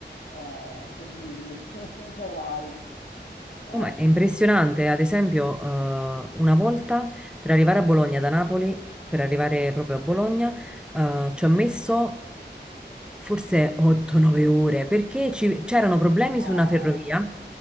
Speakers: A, on the left; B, in the centre.
A: eh, seguirli, <laughs> gli orari. Ai,
B: No, ma è
A: ai,
B: impressionante,
A: ai.
B: ad esempio, eh, una volta per arrivare a Bologna da Napoli, per arrivare proprio a Bologna, eh, ci ho messo forse 8-9 ore perché ci- c'erano problemi
A: No,
B: su una ferrovia.